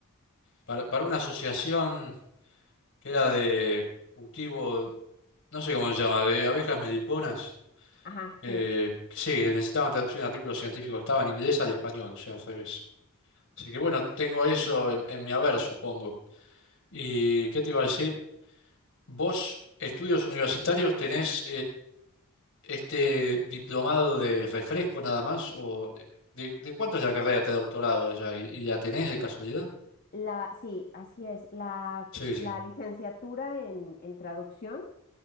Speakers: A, on the left; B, on the left.
A: para, para una asociación que era de cultivo, no sé cómo se llama, de abejas meliponas.
B: Ajá,
A: que
B: sí.
A: sí, que necesitaban traducción de artículos científicos, estaba en inglés al español, o sea, al revés. Así que bueno, tengo eso en, en mi haber, supongo. ¿Y qué te iba a decir? ¿Vos, estudios universitarios, tenés este diplomado de refresco nada más? ¿O eh, de, de cuánto es la carrera de doctorado allá? ¿Y, y la tenés de casualidad?
B: La, sí, así es. La,
A: Sí, sí,
B: la licenciatura en, en traducción